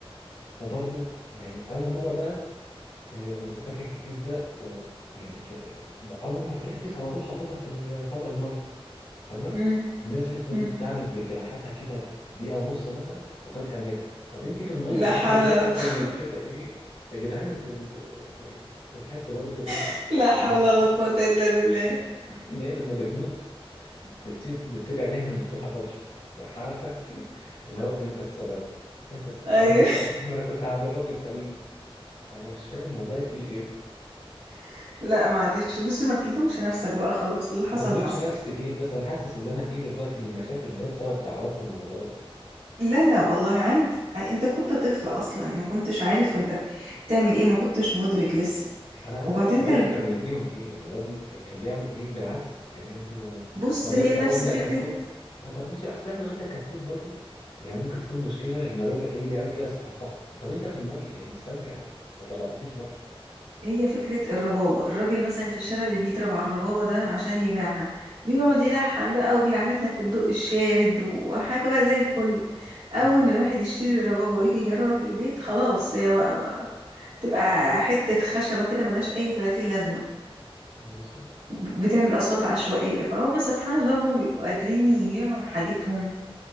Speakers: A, on the left (about 75°); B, on the right (about 75°).
A: فبرضه يعني اول مره بقى آه، قمت فاكك الكيس ده ويعني في- اول ما فكيت الكيس على طول حطيتها في ال- طبق الميه تمام
B: امم
A: نزلت فضلت
B: أمم.
A: تعمل بجناحاتها كده دقيقه ونص مثلا وفجاه ماتت طب انت في الميه
B: لا حول
A: اعمل ايه
B: ولا
A: اكتر
B: قوة
A: من كده ايه يا جدعان انتوا انتوا يعني بتحس برضه ايه
B: <laughs> لا حول
A: ان
B: ولا قوة
A: <laughs>
B: إلا بالله
A: ان هي لما بتموت بتسيب بتسيب عينيها مفتوحه فتره عارفه انت اللي هو انت السبب انت السبب
B: أيوه
A: ما انا كنت ما انا كنت عند الراجل سليم أنا مش فاهم والله في ايه
B: <laughs> لا معلش بصي ما تلتمش نفسك بقى خلاص اللي حصل
A: ما ظلمش
B: حصل
A: نفسي ايه بس انا حاسس اللي انا فيه دلوقتي من المشاكل ده بسبب دعواتهم ونظراتهم
B: لا لا والله عادي انت كنت طفل اصلا ما كنتش عارف انت بتعمل ايه ما كنتش مدرك لسه
A: انا عايز
B: وبعدين
A: اعرف الراجل
B: كان
A: كان بيديهم ايه يعني الراجل كان بيعمل ايه بالعكس يعني انتوا
B: بص
A: طب
B: هي
A: طب
B: نفس
A: قلنا
B: فكرة
A: كتكوت آه طب ماشي اصل احنا قلنا كتكوت برضو يعني ممكن تكون مشكلة ان الراجل ايه بيعمل كده صح صح طب انت في المية يعني السمكة ما طلعتكيش بره
B: هي فكرة الربابة الراجل مثلا في الشارع اللي بيضرب على الربابة ده عشان يبيعها بيقعد يلحن بقى وبيعمل لك الضوء الشارد وحاجة بقى زي الفل أول
A: مم.
B: ما الواحد يشتري الربابة ويجي يجربها في البيت خلاص هي بقى, بقى تبقى حتة خشبة كده ملهاش أي 30 لازمة
A: بالظبط
B: بتعمل أصوات عشوائية فهو سبحان الله هما بيبقوا قادرين يبيعوا حاجتهم